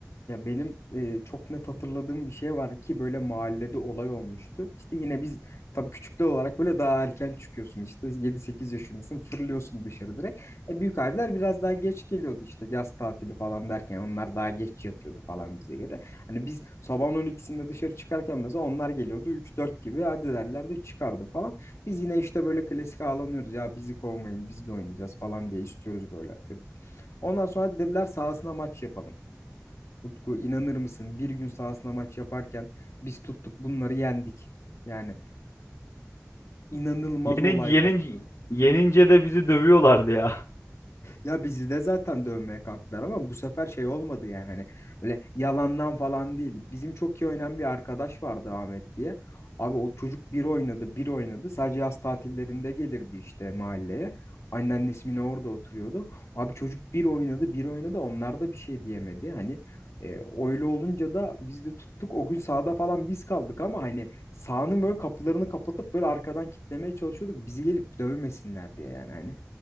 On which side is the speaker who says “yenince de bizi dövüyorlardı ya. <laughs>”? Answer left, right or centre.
Left